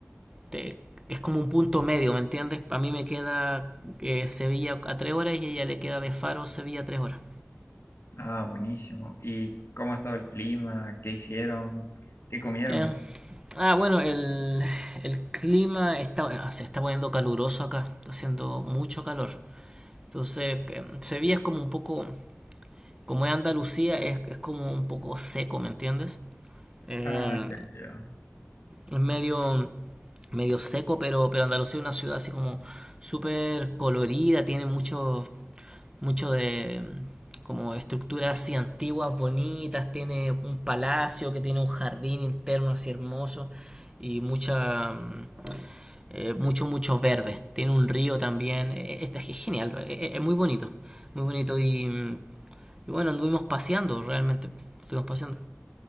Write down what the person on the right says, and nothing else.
te- es como un punto medio, ¿me entiendes? A mí me queda eh, Sevilla a 3 horas y a ella le queda de Faro Sevilla a 3 horas.
Eh, ah, bueno, el, el clima está, ah, se está poniendo caluroso acá, está haciendo mucho calor. Entonces, eh, Sevilla es como un poco, como es Andalucía, es, es como un poco seco, ¿me entiendes? Eh,
es medio, medio seco, pero, pero Andalucía es una ciudad así como súper colorida, tiene muchos mucho de mm, como estructuras así antiguas, bonitas, tiene un palacio que tiene un jardín interno así hermoso y mucha mm, eh, mucho mucho verde. Tiene un río también, eh, eh, es genial, eh, eh, es muy bonito, muy bonito y, mm, y bueno, anduvimos paseando realmente, estuvimos paseando.